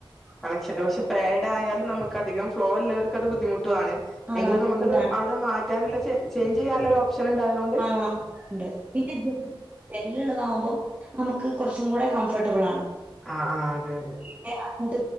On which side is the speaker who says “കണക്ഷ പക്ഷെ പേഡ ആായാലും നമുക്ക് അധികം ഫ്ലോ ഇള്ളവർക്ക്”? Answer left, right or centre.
Centre